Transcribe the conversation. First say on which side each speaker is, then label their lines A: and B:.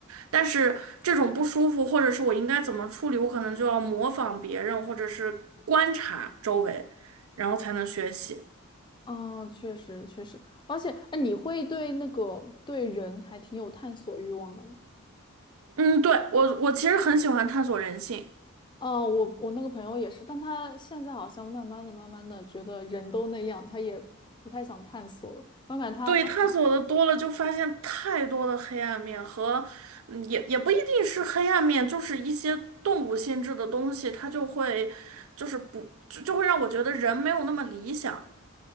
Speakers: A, on the right; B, on the left.
A: 但是这种不舒服，或者是我应该怎么处理，我可能就要模仿别人，或者是观察周围，然后才能学习。
B: 嗯，确实确实，而且，哎，你会对那个对人还挺有探索欲望的吗？
A: 嗯，对，我我其实很喜欢探索人性，
B: 哦，我我那个朋友也是，但他现在好像慢慢的、慢慢的觉得人都那样，他也不太想探索了。我感觉他
A: 对，探索的多了就发现太多的黑暗面和，嗯也也不一定是黑暗面，就是一些动物性质的东西，它就会就是不就就会让我觉得人没有那么理想。